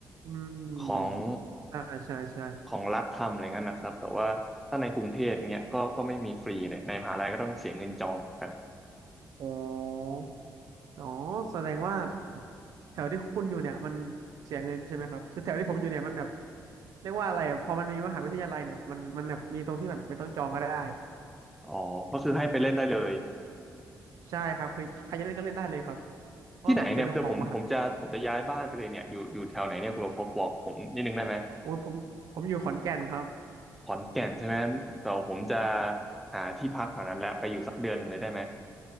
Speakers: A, on the right (about 65°); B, in the centre.
A: อืม
B: ของ
A: ใช่ใช่ใช่
B: ของรัฐทำอะไรเงี้ยนะครับแต่ว่าถ้าในกรุงเทพเนี้ยก็ก็ไม่มีฟรีเลยในมหาลัยก็ต้องเสียเงินจองกัน
A: อ๋ออ๋อแสดงว่าแถวที่คุณอยู่เนี่ยมันเสียเงินใช่ไหมครับคือแถวที่ผมอยู่เนี่ยมันแบบเรียกว่าอะไรอะพอมันมีมหาวิทยาลัยเนี่ยมันมันแบบมีตรงที่แบบไม่ต้องจองก็ได้
B: อ๋อก็คือให้ไปเล่นได้เลย
A: ใช่ครับคือใครจะเล่นก็เล่นได้เลยครับเพราะว่าแบบเป็นของมหา
B: ที่ไหนเนี่ยเดี๋ยวผมผมจะผมจะย้ายบ้านไปเลยเนี่ยอยู่อยู่แถวไหนเนี่ยคุณประพบบอกผมนิดนึงได้ไหม
A: โอ้ยผมผมอยู่ขอนแก่นครับ
B: ขอนแก่นใช่ไหมแต่ผมจะหาที่พักแถวนั้นแล้วไปอยู่สักเดือนหนึ่งเลยได้ไหม